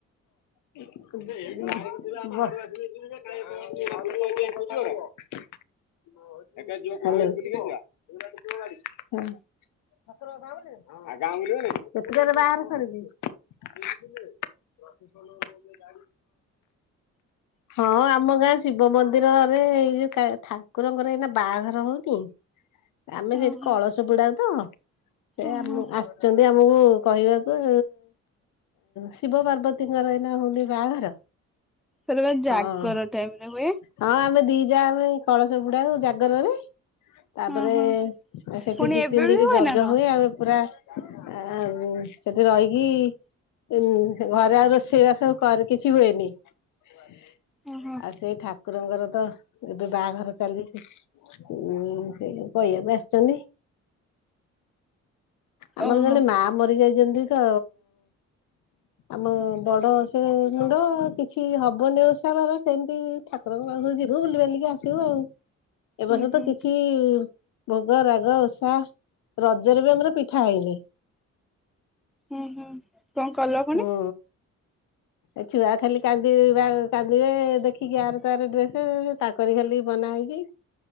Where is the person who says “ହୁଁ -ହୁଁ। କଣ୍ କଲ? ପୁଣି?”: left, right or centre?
Centre